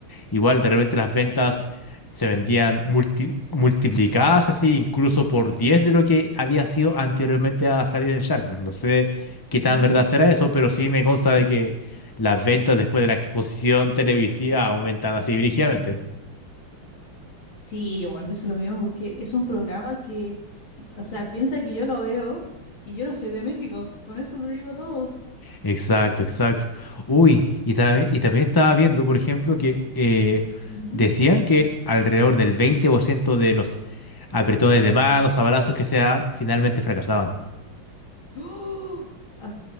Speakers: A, on the left; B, on the left.
A: igual de repente las ventas se vendían multi- multiplicadas así, incluso por 10 de lo que había sido anteriormente a salir en Shark Tank. No sé qué tan
B: ujú.
A: verdad será eso, pero sí me consta de que las ventas después de la exposición televisiva aumentan así brígidamente.
B: Sí, igual pienso lo mismo porque es un programa que O sea, piensa que yo lo veo y yo no soy de México. Con eso te digo todo.
A: Exacto, exacto. Uy, y, tam- y también estaba viendo, por ejemplo, que eh,
B: Ujú.
A: decían que alrededor del 20% de los apretones de manos, abrazos que se dan, finalmente fracasaban.
B: <gasps> ¡Oh! ¿A